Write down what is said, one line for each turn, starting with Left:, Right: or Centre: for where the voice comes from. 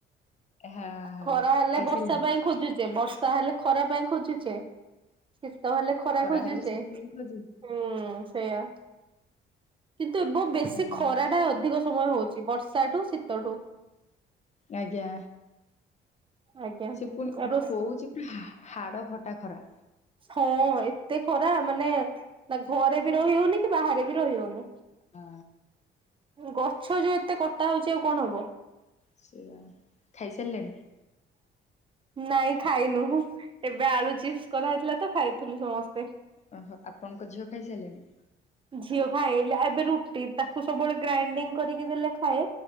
Left: ହଁ ହଁ
Right: ଖରା ହେଲେ
Left: ଖାଇସାରିଲାଣି
Right: ବର୍ଷା ପାଇଁ ଖୋଜୁଚେ, ବର୍ଷା ହେଲେ ଖରା ପାଇଁ ଖୋଜୁଚେ। ଶିତହେଲେ, ଖରା ଖୋଜୁଚେ।
Left: ହେଲେ ଶୀତ ବି ଖୋଜେ
Right: ହୁଁ ସେଇୟା, କିନ୍ତୁ ଏବ ବେଶୀ
Left: ହୁଁ
Right: ଖରାଟା ଅ ଅଧିକ ସମୟ ହଉଛି, ବର୍ଷାଠୁ, ଶୀତଠୁ।
Left: ଆଜ୍ଞା।
Right: ଆଜ୍ଞା
Left: ସେ ପୁଣି
Right: ରୋ
Left: ହୋଉଛି, ହାଡ ଫଟା ଖରା।
Right: ହଁ ଏତେ ଖରା ମାନେ, ଘରେ ବି ରହି ହଉନି କି, ବାହାରେ ବି ରହି ହଉନି।
Left: ଆଁ।
Right: ଗଛ ଯୋଉ ଏତେ କଟା ହଉଛି, ଆଉ କଣ ହବ?
Left: ସେଇଆ, ଖାଇସାରିଲେଣି?
Right: ନାଇଁ ଖାଇନୁ, ଏବେ ଆଳୁ ଚିପ୍ସ କରାହେଇଥିଲା ତ, ଖାଇଥିଲୁ ସମସ୍ତେ।
Left: ଓହୋ, ଆପଣଙ୍କ ଝିଅ ଖାଇସାରିଲେଣି?
Right: ଝିଅ ଖାଇଲା ଏବେ ରୁଟି, ତାକୁ ସବୁବେଳେ ଗ୍ରାଇଣ୍ଡିଙ୍ଗ କରିକି ଦେଲେ ଖାଏ।